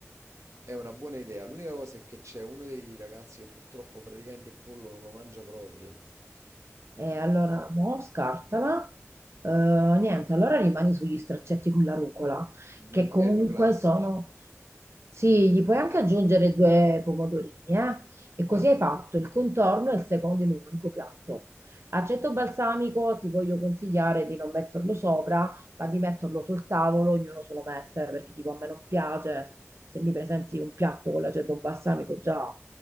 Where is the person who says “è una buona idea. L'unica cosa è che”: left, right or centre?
Right